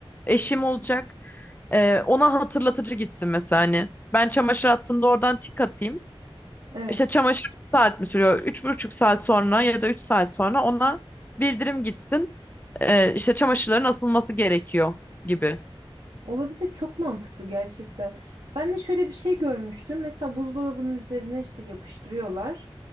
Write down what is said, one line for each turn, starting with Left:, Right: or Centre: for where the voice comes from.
Left: eşim olacak. Ee, ona hatırlatıcı gitsin mesela hani. Ben çamaşır attığımda oradan tik atayım.
Right: Evet.
Left: İşte çamaşır 3 saat mi sürüyor? Üç buçuk saat sonra ya da 3 saat sonra ona bildirim gitsin. Ee, işte çamaşırların asılması gerekiyor gibi.
Right: Olabilir çok mantıklı gerçekten. Ben de şöyle bir şey görmüştüm. Mesela buzdolabının üzerine işte yapıştırıyorlar.